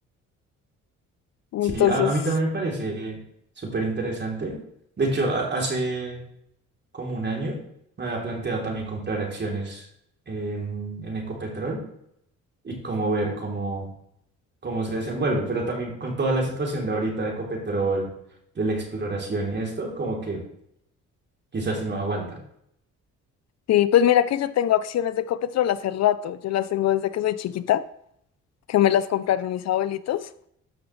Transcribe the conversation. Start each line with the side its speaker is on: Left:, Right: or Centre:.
Left: Entonces...
Right: Sí, a, a mí también me parece súper interesante. De hecho, a- hace como un año me había planteado también comprar acciones en, en Ecopetrol y como ver cómo cómo se desenvuelve, pero también con toda la situación de ahorita de Ecopetrol, de la exploración y esto, como que quizás si no aguanta.
Left: Sí, pues mira que yo tengo acciones de Copetrol hace rato. Yo las tengo desde que soy chiquita, que me las compraron mis abuelitos.